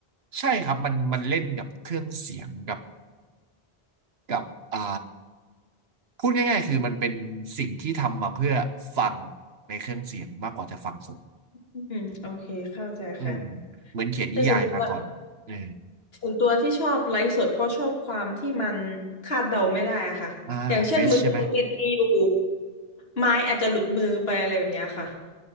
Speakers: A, on the right; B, on the left.
A: ใช่ครับมันมันเล่นกับเครื่องเสียงกับ กับอ่าพูดง่ายๆคือมันเป็นสิ่งที่ทำมาเพื่อฟังในเครื่องเสียงมากกว่าจะฟังสด
B: อืมโอเคเข้าใจค่ะ
A: อืมเหมือนเขียนนิยายมาก่อนเออ
B: แต่ส่วนตัวส่วนตัวที่ชอบไลฟ์สดเพราะชอบความที่มันคาดเดาไม่ได้อะค่ะอย่างเช่นมือกลองดีๆอยู่
A: อ่าเฟชใช่ไหม
B: ไม้อาจจะหลุดมือไปอะไรแบบเนี้ยค่ะ